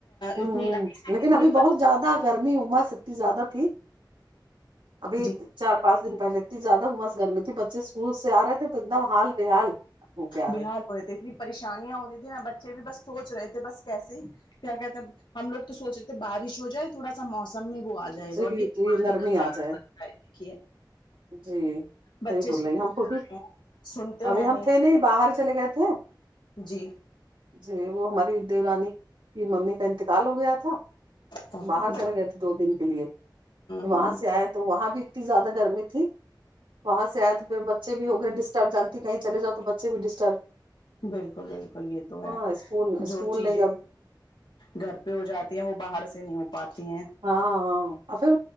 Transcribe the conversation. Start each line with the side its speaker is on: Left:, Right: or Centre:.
Right: ہوں
Left: اتنی
Right: ہ لیکن
Left: اتنی
Right: ابھی بہت زیادہ گرمی امس اتنی زیادہ تھی ابھی
Left: جی
Right: چار پانچ دن پہلے ا زیادہ امس گھر میں تھی بچے اسکول سے آ رہے تھے تو ایک دم حال بحال ہو کے آ
Left: بحال
Right: رہے تھے
Left: رہے تھے اتنی پریشانیاں ہو رہتی تھیں نا بچے بھی بس سوچ رہے تھے بس کیسے ہی کیا کہتے ہیں ہم لوگ تو سوچ رہے تھے بارش ہو جائے تھوڑا سا موسم میں بھی وہ آ جائے
Right: جی
Left: گا اور یہ بیماری
Right: جی نرمی
Left: کا
Right: آ
Left: کارن
Right: جائے
Left: بنتا ہے دیکھیے
Right: جی
Left: بچے
Right: صحیح بول
Left: اسکول
Right: رہے ہیں ہم
Left: سے
Right: خود
Left: آ
Right: بھی
Left: رہے ہیں سنتے ہیں
Right: ابھی ہم تھے نہیں باہر چلے گئے تھے
Left: جی
Right: جی وہ ہماری دیورانی کی ممی کا انتقال ہو گیا تھا
Left: تو ہوں
Right: باہر چل گئے تھے دو دن کے لیے
Left: ہوں
Right: وہاں سے آئے تو وہاں بھی زیادہ گرمی ٹھیک وہاں سے آئے تو پھر بچے بھی ہو گئے ڈسٹرب جانتی کہیں چلے جاؤ تو بچے بھی ڈسٹرب
Left: بالکل بالکل یہ تو ہے
Right: ہاں اسکول اسکول
Left: جو چیزیں
Right: نہیں جب
Left: گھر پہ ہو جاتی ہیں وہ باہر سے نہیں ہو پاتی ہیں
Right: ہاں ہاں پھر